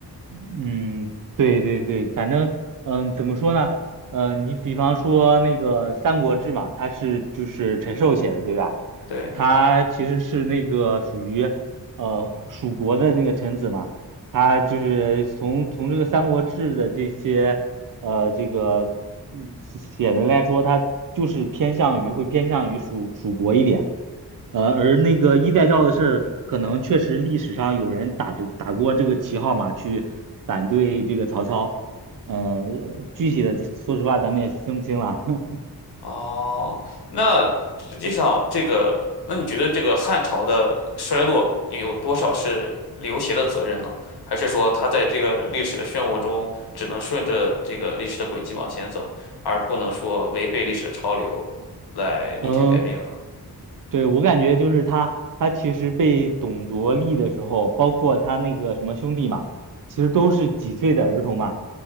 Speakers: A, on the right; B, on the left.
A: 嗯，对对对，反正嗯，怎么说呢？呃，你比方说那个《三国志》嘛，它是就是陈寿写的，对吧？
B: 对，
A: 他其实是那个属于呃蜀国的那个臣子嘛，他就是从从这个《三国志》的这些呃这个嗯写的来说，他就是偏向于会偏向于蜀蜀国一点，呃，而那个衣带诏的事儿，可能确实历史上有人打着打过这个旗号嘛，去反对这个曹操，嗯、具体的说实话咱们也分不清了。<laughs>
B: 哦，那实际上这个，那你觉得这个汉朝的衰落有多少是刘协的责任呢？还是说他在这个历史的漩涡中，只能顺着这个历史的轨迹往前走，而不能说违背历史的潮流来逆天改命呢？
A: 嗯，对，我感觉就是他，他其实被董卓立的时候，包括他那个什么兄弟嘛，其实都是几岁的儿童嘛。